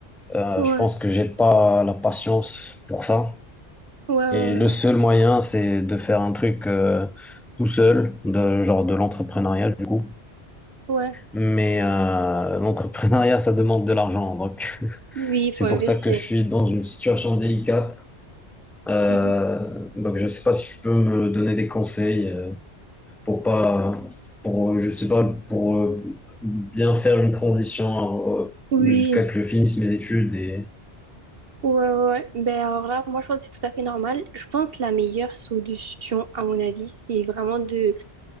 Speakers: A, in the centre; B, on the right (about 60°).
A: euh,
B: ouais,
A: je pense que j'ai pas la patience pour ça.
B: ouais, ouais,
A: Et le
B: ouais.
A: seul moyen, c'est de faire un truc euh, tout seul, de, genre de l'entrepreneuriat du coup.
B: ouais.
A: Mais euh, l'entrepreneuriat, ça demande de l'argent. Donc, <laughs>
B: Oui, il
A: c'est
B: faut investir.
A: pour ça que je suis dans une situation délicate. Euh,
B: Mhm.
A: donc, je sais pas si tu peux me donner des conseils euh, pour pas, pour, je sais pas, pour euh, bien faire une transition euh,
B: Oui,
A: jusqu'à que je finisse mes études et.
B: ouais, ouais. ouais. Ben alors là, moi, je pense que c'est tout à fait normal. Je pense que la meilleure solution, à mon avis, c'est vraiment de,